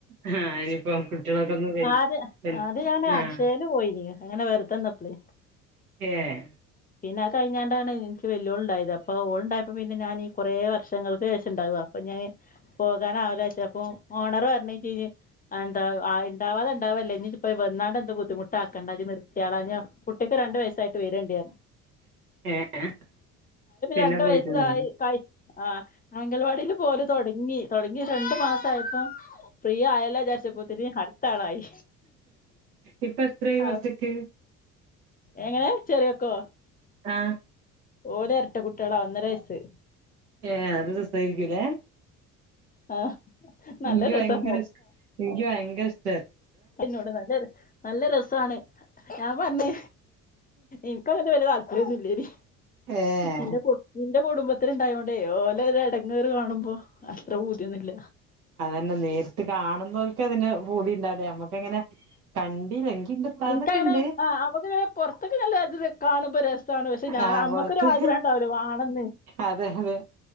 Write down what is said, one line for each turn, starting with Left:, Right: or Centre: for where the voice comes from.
Right: ആഹ് ഇനിയിപ്പോ കുട്ടികളൊക്കെ ഒന്ന് വൽ
Left: ആദ്യം
Right: വൽ
Left: ആദ്യം ഞാൻ
Right: ആഹ്
Left: അക്ഷയേല് പോയിനി അങ്ങനെ വെർ തന്നപ്പേ
Right: ഏഹ്
Left: പിന്നെ ആ കഴിഞ്ഞാണ്ടാണ് എനിക്ക് വല്ല്യോൾ ഉണ്ടായത്. അപ്പോ ഓൾ ഉണ്ടായപ്പോ പിന്നെ ഞാൻ ഈ കുറെ വർഷങ്ങൾക്ക് ശേഷം ഇണ്ടാവാ. അപ്പൊ ഞാന് പോകാനാവൂലവെച്ച് അപ്പോ ഓണർ പറഞ് എന്താ ഉണ്ടാവാത ഇണ്ടാവല്ല ഇനി ഇപ്പം വന്നാണ്ട് എന്ത് ബുദ്ധിമുട്ടാക്കേണ്ട അത് നിർത്തിയാള കുട്ടിക്ക് രണ്ടു വയസ്സായിട്ട് വരേണ്ടി പറഞ്ഞു.
Right: ഏ പിന്നെ
Left: രണ്ട്
Right: പോയിട്ടുണ്ടാവൂല.
Left: വയസ്സായി കഴി ആഹ് അംഗൽവാടിലും തുടങ്ങി തുടങ്ങി രണ്ട് മാസായപ്പം ഫ്രീ ആയല്ലോ വിചാരിച്ചപ്പോത്തിന് ക അടുത്ത ആളായി.
Right: ഇപ്പോയത്രായി
Left: ആഹ്
Right: മക്കക്ക്.
Left: എങ്ങനെ ചെറിയൊക്കോ?
Right: ആഹ്
Left: ഓൽ ഇരട്ട കുട്ടികളാ ഒന്നര വയസ്സ്.
Right: ഏ അത് രസായിരിക്കും ല്ലേ.
Left: ആഹ് നല്ല
Right: എനിക്ക്
Left: രസാ
Right: ഭയങ്കര ഇഷ് എനിക്ക് ഭയങ്കര ഇഷ്ട.
Left: പിന്നോട് നല്ല നല്ല രസാണ്. ഞാൻ പറഞ് ഇന്ക് അങ്ങനെ വലിയ താൽ ര്യന്നും ഇല്ലേടി
Right: ഏഹ്
Left: ഇന്റെ കുട്ടിം എന്റെ കുടുംബത്തിൽ ഉണ്ടായോണ്ടേ ഓലെ ഒരു എടങ്ങേറ് കാണുമ്പോ അത്ര പൂതിയൊന്നും ഇല്ല
Right: തന്നെ നേരിട്ട് കാണുന്നോർക്ക് അതിന്റെ പൂതി ഉണ്ടാവില്ല നമ്മക്കങ്ങനെ കണ്ടില്ല എനിക്ക് ഇന്റെ ഇത്താത്തക്ക്ണ്ട്
Left: ഇന്ക് അങ്ങനെ ആ അമ്മക്ക്ങ്ങനെ പൊറത്തൊക്കെ നല്ല ഇത് കാണുമ്പൊ രസമാണ് പക്ഷെ ഞാൻ
Right: ആഹ്
Left: അമ്മക്കൊരു
Right: പൊറത്ത്
Left: ആഗ്രഹം ഒണ്ടാവലോ വാണെന്ന്
Right: അതെ അതെ